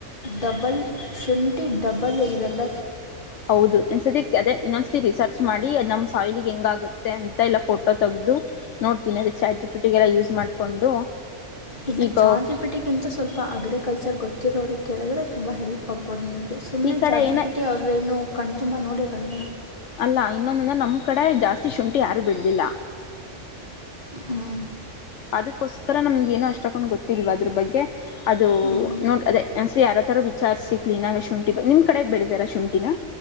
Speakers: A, on the left; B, on the left.
A: ಡಬಲ್ ಶುಂಠಿ ಡಬಲ್ ಇವೆಲ್ಲ
B: ಹೌದು ಒ್ಸರ್ತಿ ಅದೇ ಇನ್ನೊಂದ್ಸತಿ ರಿಸರ್ಚ್ ಮಾಡಿ ನಮ್ಮ್ ಸಾಯ್ಲಿಗೆ ಹೆಂಗ ಆಗುತ್ತೆ ಅಂತ ಎಲ್ಲಾ ಫೋಟೋ ತಗ್ದು ನೋಟ್ ನೋಡ್ತೀನಿ ಚಾಟ್ ಜಿ ಪಿ ಟಿ ಗೆಲ್ಲ ಯೂಸ್ ಮಾಡಿಕೊಂಡು
A: ಇಲ್ಲ
B: ಈಗ
A: ಚಾರ್ಜಿಪೇಟೆಗಿಂತ ಸ್ವಲ್ಪ ಅಗ್ರಿಕಲ್ಚರ್ ಗೊತ್ತಿರೋರಿಗೆಿಗೆ ಕೇಳಿದ್ರೆ ತುಂಬ ಹೆಲ್ಪ್ ಆಗ್ಬೋದು ನಿಮಗೆ ಸುಮ್ನೆ
B: ಈ ಕಡೆ
A: ಚಾಟ್
B: ಏನ
A: ಜಿ ಪಿ ಟಿ ಅವ್ರ ಏನು ಕಣ್ ತುಂಬಾ ನೋಡಿರಲ್
B: ಅಲ್ಲ ಇನ್ನೊಂದಂದ್ರೆ ನಮ್ಮ ಕಡೆ ಜಾಸ್ತಿ ಶುಂಠಿ ಯಾರು ಬೆಳದಿಲ್ಲ
A: ಹ್ಞೂ
B: ಅದಕ್ಕೋಸ್ಕರ ನಮ್ಗೆ ಏನೋ ಅಷ್ಟ ತಕೊಂಡ್ ಗೊತ್ತಿಲ್ವಾ ಅದ್ರ ಬಗ್ಗೆ ಅದು
A: ಹ್ಞೂ ಹ್ಞೂ
B: ನೋಡ್ ಅದೇ ಒನ್ಸ್ ಯಾರ ತರ ವಿಚಾರ್ ಸಿಕ್ ಕ್ಲೀನಾಗ ಶುಂಠಿ ನಿಮ್ಮ ಕಡೆ ಬೆಳಿತರ ಶುಂಠಿನ